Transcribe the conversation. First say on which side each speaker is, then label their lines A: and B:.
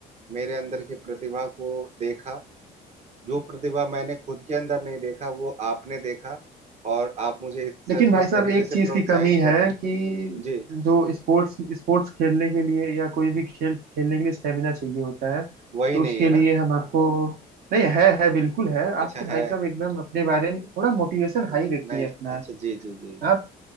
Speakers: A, on the right (about 40°); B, on the right (about 65°).
A: मेरे अंदर की प्रतिभा को देखा जो प्रतिभा मैंने खुद के अंदर नहीं देखा वो आपने देखा और आप मुझे इस
B: लेकिन
A: तर,
B: भाई
A: इस
B: साहब
A: तरीके
B: एक
A: से
B: चीज
A: प्रोत्साहित
B: की कमी है
A: कर रहे हैं
B: कि
A: जी
B: जो स्पोर्ट्स स्पोर्ट्स खेलने के लिए या कोई भी खेल खेलने के लिए स्टेमिना चाहिए होता है
A: वही
B: तो
A: नहीं
B: उसके
A: है
B: लिए
A: ना
B: हम आपको नहीं है है बिल्कुल है
A: अच्छा
B: आप तो भाई
A: है
B: साहब एकदम अपने बारे में थोड़ा मोटिवेशन
A: हम्म,
B: हाई रखिए
A: नहीं
B: अपना
A: अच्छा जी जी जी जी
B: आप